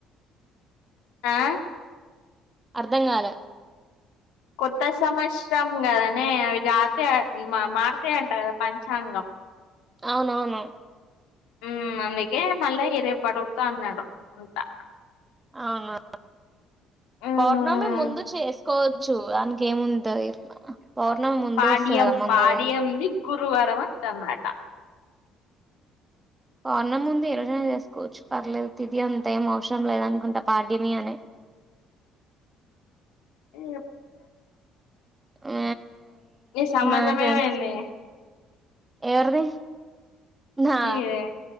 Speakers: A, on the left (about 70°); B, on the right (about 20°).
A: ఆ
B: అర్ధం గాల
A: కొత్త సంవత్సరం కదనే అవి గాతే మారతయి అంట కదా పంచాంగం
B: అవునవును
A: ఉం అందుకే మళ్ళా ఇగ రేపు అటోత్త అన్నాడు అంటా
B: అవునా
A: ఉమ్
B: పౌర్ణమి ముందు చేసుకోవ చూడ్డానికి ఏముంతది పౌర్ణం ముందు
A: పాడ్యం
B: వస్తది కదమ్మా
A: పాడ్యంది
B: మరి
A: గురువారం వత్తమాట
B: పౌర్ణం ముందు ఏ రోజైన చేసుకోవచ్చు పర్లేదు తిది అంతే ఏం అవసరం లేదనుకుంటా పాడ్యమి అని
A: ఏ
B: ఆ
A: నీ సంబంధం
B: నవ
A: ఏమైంది
B: <unintelligible> ఎవరది నా
A: నీదే